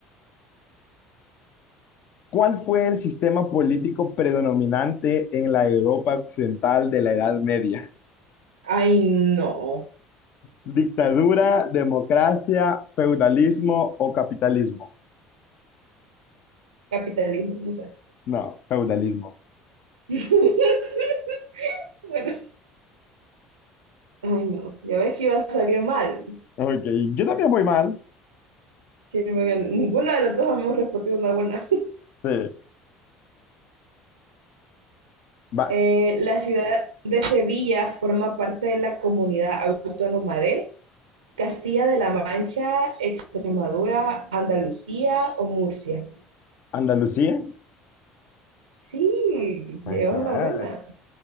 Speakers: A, on the left; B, on the right.
A: ¿cuál fue el sistema político predominante en la Europa occidental de la Edad Media?
B: Ay, no.
A: Dictadura, democracia, feudalismo o capitalismo.
B: Capitalismo, no sé.
A: No, feudalismo.
B: <laughs> Bueno, ay no, ya ves que iba a salir mal.
A: Ok, yo también voy mal.
B: Sí, porque ninguna de las dos hemos respondido una buena.
A: Sí, vas.
B: Eh, la ciudad de Sevilla forma parte de la comunidad autónoma de Castilla de la Mancha, Extremadura, Andalucía o Murcia.
A: Andalucía.
B: Sí,
A: Ajá.
B: llevas una buena.